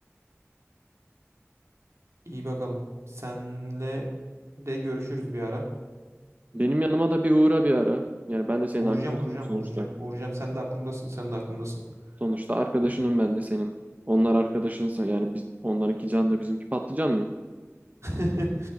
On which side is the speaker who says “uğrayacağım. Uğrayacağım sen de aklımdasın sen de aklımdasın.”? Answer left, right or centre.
Right